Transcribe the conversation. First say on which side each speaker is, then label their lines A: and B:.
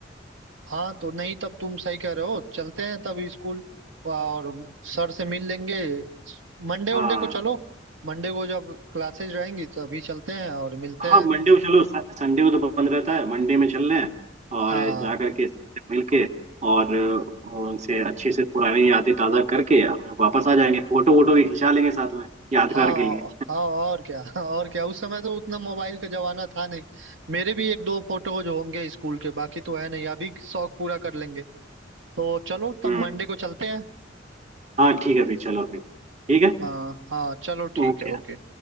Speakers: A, on the right; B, on the right.
A: हाँ तो नहीं तब तुम सही कह रहे हो चलते हैं तब स्कूल और सर से मिल लेंगे मंडे
B: हाँ
A: वंडे को चलो मंडे को जब क्लासेज रहेंगी तो अभी चलते हैं और मिलते
B: हाँ
A: हैं
B: मंडे को चलो स- संडे को तो बंद रहता है मंडे में चल रहे हैं और
A: हाँ
B: जा करके सबसे मिल के और अ, उनसे अच्छे से पुरानी यादें ताज़ा करके हम लोग वापस आ जाएंगे फोटो वोटो भी खिंचा लेंगे साथ में यादगार
A: हाँ
B: के लिए
A: हाँ और क्या <laughs> और क्या उस समय तो उतना मोबाइल का जमाना था नहीं मेरे भी एक दो फोटोज होंगे स्कूल के बाकी तो है नहीं अभी शौक पूरा कर लेंगे तो चलो तब
B: हम्म
A: मंडे को चलते हैं
B: हाँ ठीक है फिर चलो फिर ठीक है
A: हाँ हाँ चलो ठीक
B: ओके
A: है ओके